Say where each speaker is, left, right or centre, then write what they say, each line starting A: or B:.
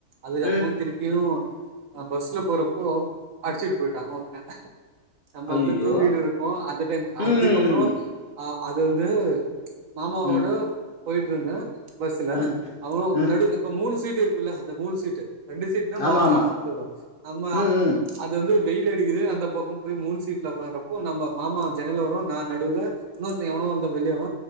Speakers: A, on the right; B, on the left.
A: அதுக்கப்போ
B: ம்
A: திருப்பியு அஹ் பஸ்ல போறப்போ அடிச்சிட்டு போயிட்டா ஒருத்த நம்ம
B: ஐயையோ
A: வந்து தூங்கிட்டு இருப்போ அந்த டைம்
B: ம்
A: அதுக்கப்றோ அஹ் அது வந்து மாமாவோட
B: ம்
A: போயிட்டு இருந்த பஸ்ல
B: ம்
A: அவ்ளோ
B: ம்
A: நடுல இப்ப மூணு சீட் இருக்குல்ல இந்த மூணு சீட்டு ரெண்டு சீட்ல
B: ஆமா
A: மாமா
B: ஆமா
A: நானு உக்காந்துருக்கோ நம்ம
B: ம் ம்
A: அது வந்து வெயில் அடிக்குது அந்த பக்கோ போய் மூணு சீட்ல உக்காரப்போ நம்ம மாமா ஜன்னல் ஓரோ நா நடுல இன்னொருத்த எவனோ வந்த வெளியவ